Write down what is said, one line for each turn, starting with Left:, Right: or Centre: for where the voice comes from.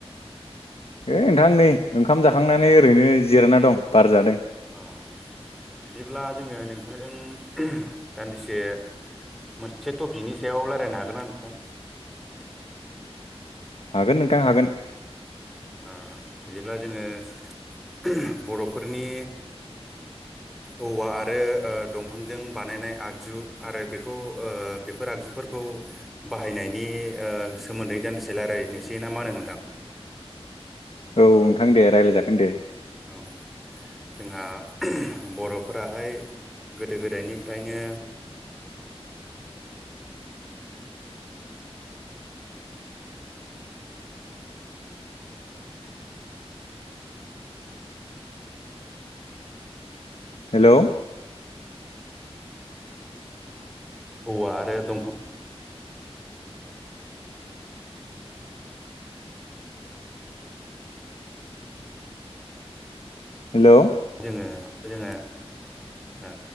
Left: होइ नोंथां नै ओंखाम जाखांनानै ओरैनो जिरायना दं बार जादों।
Centre: अ' बिदिब्ला जोङो नोंथांजों दान्दिसे मोनसे टपिकनि सायाव लारायनो हागोन ना नोंथां?
Left: हागोन नोंथां हागोन।
Centre: ओ बिदिब्ला जोङो बर'फोरनि
Left: <inaudible>
Centre: औवा आरो ओ दंफांजों बानायनाय आगजु आरो बेखौ ओ बेफोर आगजुफोरखौ बाहायनायनि ओ सोमोन्दै दान्दिसे लारायनोसै ना मा होनो नोंथां?
Left: औ नोंथां दे रायलाय जागोन दे।
Centre: औ। जोंहा बर'फोराहाय गोदो गोदायनिफ्रायनो
Left: हेल'?
Centre: औवा आरो दंफां
Left: हेल'?
Centre: जोङो जोङो ओ